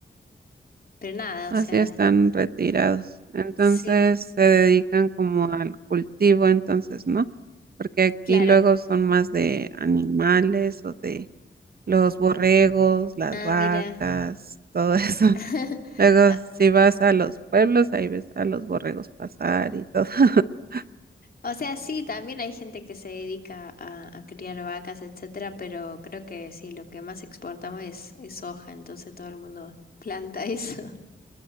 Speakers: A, on the left; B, on the right.
A: pero nada,
B: Así
A: o sea,
B: están retirados. Entonces
A: sí,
B: se dedican como al cultivo, entonces, ¿no? Porque aquí
A: claro.
B: luego son más de animales o de los borregos, las
A: Ah,
B: vacas,
A: mira.
B: todo eso. <laughs>
A: <laughs>
B: Luego
A: Ah,
B: si vas a los pueblos, ahí ves a los borregos pasar y todo. <laughs>
A: O sea, sí, también hay gente que se dedica a, a criar vacas, etcétera, pero creo que sí, lo que más exportamos es, es soja, entonces todo el mundo <laughs> planta eso.